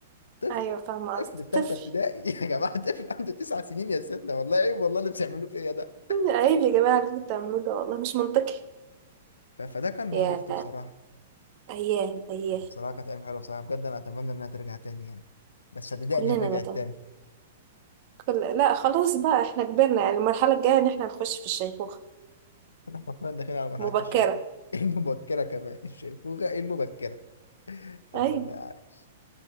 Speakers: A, on the left; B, on the right.
A: طفل
B: ايوه فاهمه
A: طفل
B: قصدي
A: في ثالثه
B: طفل
A: ابتدائي <laughs> يا جماعه طفل عنده تسع سنين يا سيدنا والله عيب والله اللي بتعملوه فيا ده
B: عيب يا جماعه اللي انتوا بتعملوه ده والله مش منطقي
A: ف... فده كان معضلتي
B: يا
A: بصراحه
B: ايام ايام
A: بصراحة كانت أيام حلوة بصراحة بجد أنا أتمنى إنها ترجع تاني يعني بس صدقني
B: كلنا
A: إن رجعت
B: نتم
A: تاني
B: كل... لا خلاص بقى احنا كبرنا يعني المرحله الجايه ان احنا نخش في الشيخوخه
A: <laughs> إحنا حرفيا داخلين على مرحلة
B: مبكره
A: الشيخوخة <laughs> إيه المبكرة كمان الشيخوخة إيه المبكرة طب
B: ايوه
A: والله عاش